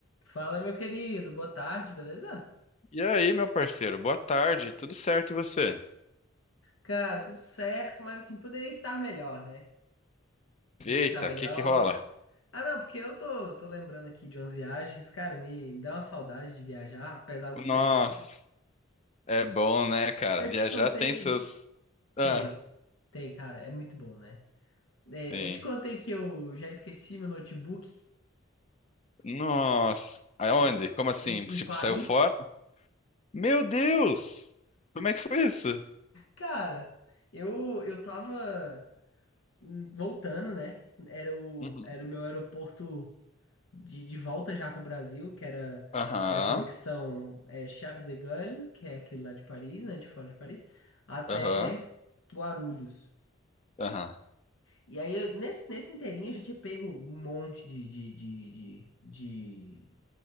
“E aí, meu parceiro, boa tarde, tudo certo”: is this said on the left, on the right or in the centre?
Left